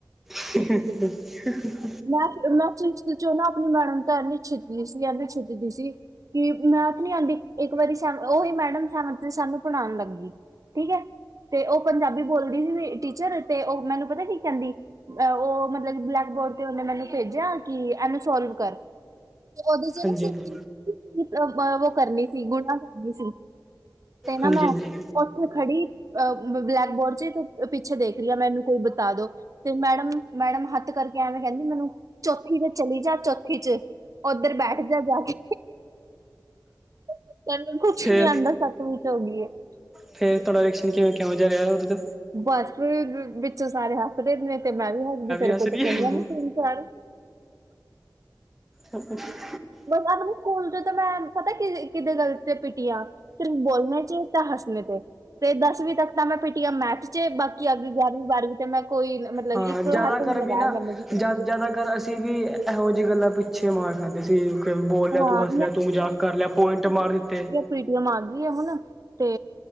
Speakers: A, in the centre; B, on the right.
A: <unintelligible> ਹਹਹ
B: ਮੈਂ ਫਿਫਤ ਚੱ ਆਪਣੀ ਮੈਡਮ ਤਾਂ ਇੰਨੀ ਛਿੱੱਤਦੀ ਸੀ ਐਨੀ ਛਿੱਤਦੀ ਸੀ ਕੀ ਮੈਥ ਨੀ ਆਉਂਦੀ ਇੱਕ ਵਾਰੀ ਸਾਨੁੰ ਉਹੀ ਮੈਡਮ ਸਾਨੂੰ ਪੜ੍ਹਾਉਣ ਲੱਗ ਗਈ ਠੀਕ ਹੈ ਤੇ ਉਹ ਪੰਜਾਬੀ ਬੋਲਦੀ ਸੀ ਟੀਚਰ ਤੇ ਉਹ ਮੈਨੂੰ ਪਤਾ ਕੀ ਕਹਿੰਦੀ ਅਆ ਉਹ ਮੱਤਲਬ ਬਲੈਕਬੋਰਡ ਤੇ ਉਹਨੇ ਮੈਨੂੰ ਭੇਜਿਆ ਕਿ ਇਹਨੂੰ ਸੋਲਵ ਕਰ ਉਹਦੇ ਚੱ
A: ਹਾਂਜੀ
B: ਨਾ
A: ਹਾਂਜੀ
B: ਉਹ ਕਰਨੀ ਸੀ ਗੁਣਾ ਕਰਨੀ ਸੀ ਤੇ ਨਾ
A: ਹਾਂਜੀ
B: ਮੈਂ
A: ਹਾਂਜੀ
B: ਉੱਥੇ ਖੜੀ ਅਹ ਬਲੈਕ ਬੋਰਡ ਚੱ ਉਹ ਪਿੱਛੇ ਦੇਖ ਰਹੀ ਆ ਮੈਨੂੰ ਕੋਈ ਬੱਤਾ ਦੋ ਤੇ ਮੈਡਮ ਮੈਡਮ ਹੱਥ ਕਰਕੇ ਮੇਡਮ ਕਹਿੰਦੀ ਮੈਨੂੰ ਚੌਥੀ ਵਿੱਚ ਚਲੀ ਜਾ ਚੌਥੀ ਚੱ ਉੱਧਰ ਬੈਠ ਜਾ ਜਾ ਕੇ ਤੈਨੂੰ ਕੁੱਛ
A: ਫੇਰ
B: ਨੀ ਆਉਂਦਾ ਸੱਭ ਚ ਹੋ ਗਈਏ <unintelligible>
A: ਫੇਰ ਤੁਹਾਡਾ ਐਕਸ਼ਨ ਕਿਵੇ, ਕੇਹੋਜਾ ਰਿਹਾ ਉਹਦੇ ਤੋ।
B: ਬਸ ਵੇ ਵਿੱਚ, ਸਾਰੇ ਹੱਸਦੇਿੰਦੇ, ਨੇ ਤੇ ਮੈਂ ਵੀ ਹਸਦੀ, ਫਿਰ
A: ਹੱਸ
B: ਕੁਟ
A: ਰਹੀ
B: ਪਈਆਂ
A: ਹਾਂ
B: ਨੀ ਤਿੰਨ ਚਾਰ,
A: ਹੂੰ, ਹੂੰ
B: ਬਸ ਆਪਣੇ ਸਕੂਲ ਤੇ ਤਾਂ, ਮੈਂ ਪਤਾ ਕਿਦੇ ਗੱਲ ਤੇ ਪਿਟੀ ਆ, ਫਿਰ ਬੋਲਣੇ ਚੇ ਤਾਂ ਹੱਸਣੇ ਤੇ, ਤੇ ਦਸਵੀਂ ਤੱਕ ਤਾਂ ਮੈਂ ਪੀਟੀ ਹਾ ਮੈਥ ਚੇ ਬਾਕੀ ਅਗਲੀ ਗਿਆਰਵੀਂ ਬਾਰਵੀਂ ਤੇੇ ਮੈਂ ਕੋਈ, ਮਤਲਬ
A: ਹਾਂ
B: ਇੱਕ
A: ਜਿਆਦਾ
B: ਹੱਥ ਨੀ
A: ਕਰ ਵੀ
B: ਲਗਾਇਆ
A: ਨਾ,
B: ਮੈਨੂੰ ਕਿਸੇ
A: ਜਿਆਦਾ,
B: ਨੇ।
A: ਜਿਆਦਾ ਕਰ ਅਸੀਂ ਵੀ ਇਹੋ ਜਿਹੀ ਗੱਲਾਂ ਪੁਿੱਛ ਅੱਛੇ ਮਾਰਕ ਆਂਦੇ ਸੀ, ਫਿਰ ਬੋਲ ਲਿਆ,
B: ਹਾਂ
A: ਤੂੰ ਹੱਸ ਲਿਆ, ਤੂੰ ਮਜ਼ਾਕ ਕਰ ਲਿਆ, ਪੁਆਇੰਟ ਮਾਰ ਦਿੱਤੇ।
B: ਪੀ-ਟੀ-ਐੱਮ ਆ ਗਈ ਹੈ। ਹੁਣ, ਤੇ